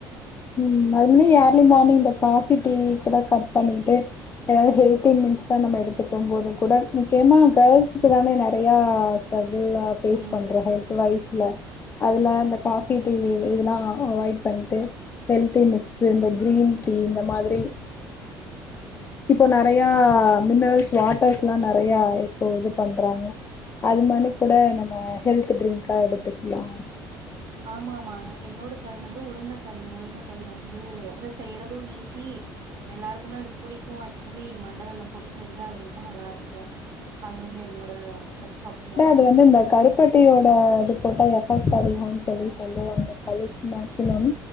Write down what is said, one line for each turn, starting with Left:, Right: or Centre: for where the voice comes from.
Left: ம் அது முன்ன ஏர்லி மார்னிங் இந்த காஃபி டீ கூட கட் பண்ணிட்டு ஏதாவது ஹெல்தி மிக்ஸாக நம்ம எடுத்துக்க போதும் கூட முக்கியமாக கேர்ள்ஸு்கக்கு தானே நெறையா ஸ்ட்ரகுள்ளா ஃபேஸ்
Right: ம்.
Left: பண்றோ ஹெல்த் வைஸ்ல அதெலா இந்த காஃபி டீ டிவி இதெல்லா அவாய்ட் பண்ட்டு ஹெல்தி மிக்ஸ்சு இந்த கிரீன் டீ இந்த மாதிரி இப்போ நறையா மின்னரல்ஸ் வாட்டர்ஸ்லா நறைய இப்போ இது பண்றாங்க அது மாரி கூட நம்ம ஹெல்த் ட்ரிங்கா எடுத்துக்லா
Right: ஆமா ஆமா என்னோட சாய்ஸ் வந்து உளுந்தக்களி உளுந்தக்களி வந்து அத செய்றது ஈஸி எல்லாருக்குமே அது புடிக்கு ஆக்சுவலி மண்ட வெள்ளம் போட்டு செஞ்சா அது ரொம்ப நல்லா இருக்கு அது வந்து என்னோட ஃபர்ஸ்ட் ஆப்ஷனா
Left: இது வந்து இந்த கருப்பட்டியோட இது போட்டா எஃபெக்ட் அதிகோன் சொல்லி சொ ல்லுவாங்க கலைக் மேக்சிமம்